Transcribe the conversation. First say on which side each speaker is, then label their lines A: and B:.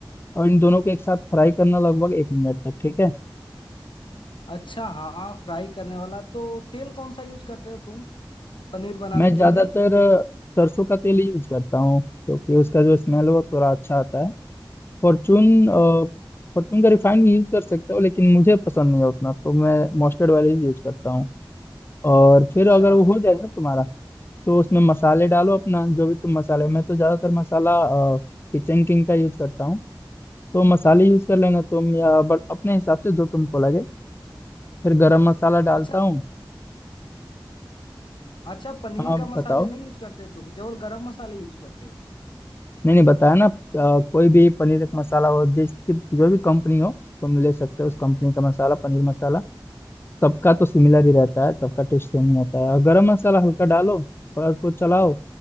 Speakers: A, on the left; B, on the left.
A: और इन दोनों को एक साथ फ्राई करना लगभग एक मिनट तक ठीक है
B: अच्छा हाँ फ्राई करने वाला तो तेल कौन सा यूज करते हो तुम पनीर बनाने
A: मैं
B: के
A: ज्यादातर
B: लिए
A: अ, सरसों का तेल यूज करता हूँ क्योंकि उसका जो स्मेल है वो थोड़ा अच्छा आता है फॉर्चून अ, फॉर्चून का रिफाइंड भी यूज कर सकता हूँ लेकिन मुझे पसंद नहीं है उतना तो मैं मस्टर्ड वाले ही यूज करता हूँ और फिर
B: अच्छा
A: अगर वो हो जाए ना तुम्हारा तो उसमें मसाले डालो अपना जो भी तुम मसाले मैं तो ज्यादातर मसाला किचन किंग का यूज करता हूँ तो मसाले यूज कर लेना तुम या बट अपने हिसाब से जो तुमको लगे फिर गरम मसाला डालता
B: अच्छा
A: हूँ
B: अच्छा पनीर
A: हाँ
B: का मसाले
A: बताओ
B: नहीं यूज करते तुम केवल गरम मसाले यूज करते हो
A: नहीं नहीं बताया ना अ, कोई भी पनीर एक मसाला हो जिसकी जो भी कंपनी हो तुम ले सकते हो उस कंपनी का मसाला पनीर मसाला सबका तो सिमिलर ही रहता है सबका टेस्ट सेम ही आता है और गरम मसाला हल्का डालो थोड़ा उसको चलाओ